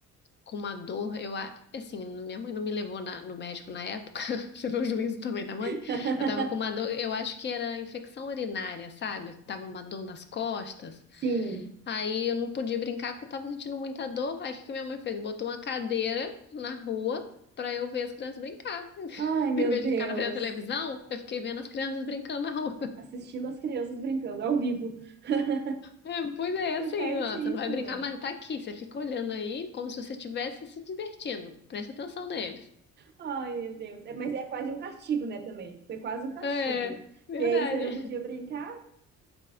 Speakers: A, on the left; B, on the right.
A: com uma dor, eu, a- assim, minha mãe não me levou na- no médico na época, <laughs> você vê o juízo também da
B: <laughs>
A: mãe? Eu tava com uma dor, eu acho que era infecção urinária, sabe? Tava uma dor nas costas.
B: Sim.
A: Aí eu não podia brincar porque eu tava sentindo muita dor. Aí o que que minha mãe fez? Botou uma cadeira na rua pra eu ver as crianças brincar. <laughs>
B: Ai, meu
A: Em vez
B: Deus.
A: de ficar na frente da televisão, eu fiquei vendo as crianças brincando na rua.
B: Assistindo as crianças brincando ao vivo. <laughs>
A: É, pois é,
B: Tá
A: assim,
B: certíssima.
A: ó, você não vai brincar, mas tá aqui. Você fica olhando aí como se você estivesse se divertindo. Presta atenção neles.
B: Ai, meu Deus. É, mas é quase um castigo, né, também. Foi quase um castigo.
A: É, verdade.
B: Que aí você não podia brincar,